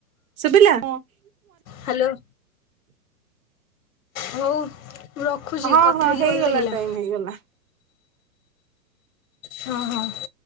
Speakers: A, on the right; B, on the left.
A: ଶୁଭିଲା।
B: ହ୍ୟାଲୋ ହଉ ମୁଁ ରଖୁଛି
A: ହଁ
B: କଥା ହେଇକି
A: ହେଇଗଲା
B: ଭଲ ଲାଗିଲା।
A: ଟାଇମ ହେଇଗଲା।
B: ହଁ ହଁ